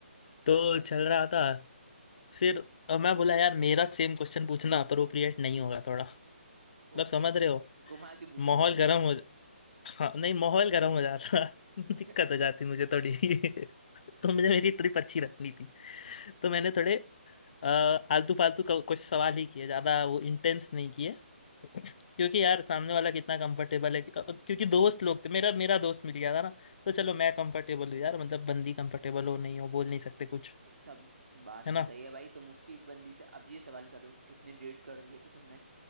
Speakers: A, on the left; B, on the right.
A: तो
B: चलो
A: चल
B: चलो
A: रहा था फिर अ, मैं बोला यार मेरा सेम क्वेश्चन पूछना अप्रोप्रिएट नहीं होगा थोड़ा मतलब
B: ओके
A: समझ रहे हो
B: घुमा के पूछा
A: माहौल
B: जाएगा
A: गर्म
B: <laughs>
A: हो हाँ नहीं माहौल गर्म हो जाता <laughs> दिक्कत
B: अच्छा
A: हो जाती मुझे थोड़ी <laughs> तो मुझे मेरी ट्रिप अच्छी रखनी थी तो मैंने थोड़े अ, आलतू फालतू क- कुछ सवाल ही किए ज़्यादा वो इंटेंस नहीं किए <clears throat> क्योंकि यार सामने वाला कितना कंफर्टेबल है अ, क्योंकि दोस्त लोग थे मेरा मेरा दोस्त मिल गया था ना तो चलो मैं कंफर्टेबल हूँ यार मतलब बंदी कंफर्टेबल हो नहीं हो बोल नहीं सकते कुछ
B: सब बात
A: है ना
B: तो सही है भाई तुम उसकी बंदी से अब ये सवाल करो कितने डेट कर दिए थे तुमने